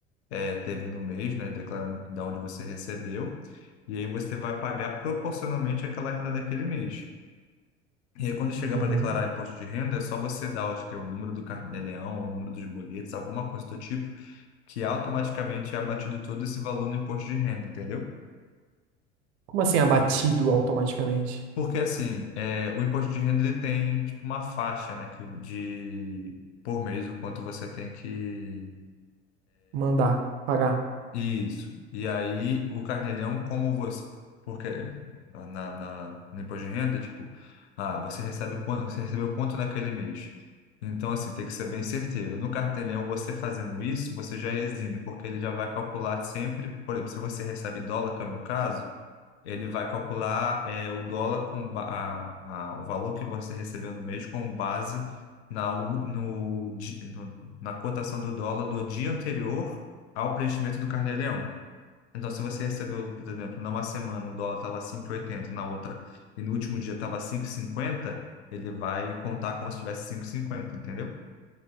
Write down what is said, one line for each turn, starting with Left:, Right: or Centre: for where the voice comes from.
Left: eh, teve no mês, né, declarando de onde você recebeu, e aí você vai pagar proporcionalmente aquela renda daquele mês. E aí quando chegar
Right: Uhum.
Left: para declarar imposto de renda, é só você dar, acho que é o número do carnê-leão, ou o número dos boletos, alguma coisa do tipo, que automaticamente é abatido todo esse valor no imposto de renda, entendeu?
Right: Como assim abatido automaticamente?
Left: Porque assim, é, o imposto de renda ele tem tipo uma faixa, né, que, o- de por mês o quanto você tem que
Right: Mandar, pagar.
Left: isso. E aí o Carnelão, como você, porque na, na- no imposto de renda, tipo, ah, você recebe quanto, você recebeu quanto naquele mês. Então assim, tem que ser bem certeiro. No Carnelão, você fazendo isso, você já exime, porque ele já vai calcular sempre, por exemplo, se você recebe dólar, que é o meu caso, ele vai calcular é, o dólar com ba- a- a- o valor que você recebeu no mês com base na, u- no, di- no- na cotação do dólar do dia anterior ao preenchimento do carnê-leão. Então, se você recebeu, por exemplo, numa semana o dólar estava 5,80, na outra e no último dia estava 5,50, ele vai contar como se tivesse 5,50, entendeu?